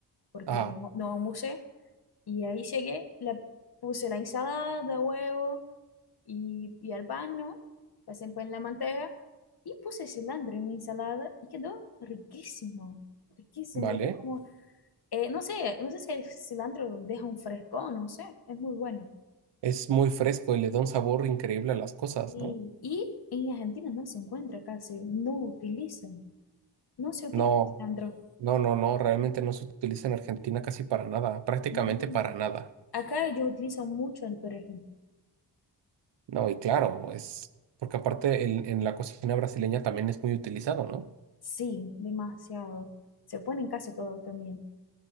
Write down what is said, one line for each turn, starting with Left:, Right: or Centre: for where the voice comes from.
Left: porque
Right: Ah,
Left: no, no almorcé. Y ahí llegué, le puse la ensalada, huevo y, y al pan, ¿no? Pasé el pan en la manteca y puse cilantro en mi ensalada y quedó riquísimo, riquísimo.
Right: vale.
Left: Yo como, eh, no sé, no sé si el cilantro deja un fresco, no sé, es muy bueno.
Right: Es muy fresco y le da un sabor increíble a las cosas,
Left: Y,
Right: ¿no?
Left: y en Argentina no se encuentra casi, no utiliza, no se utiliza
Right: No,
Left: cilantro.
Right: no, no, no, realmente no se utiliza en Argentina casi para nada, prácticamente
Left: No.
Right: para nada.
Left: Acá ellos utilizan mucho el perejil.
Right: No, y claro, es porque aparte en, en la cocina brasileña también es muy utilizado, ¿no?
Left: Sí, demasiado. Se pone en casi todo también.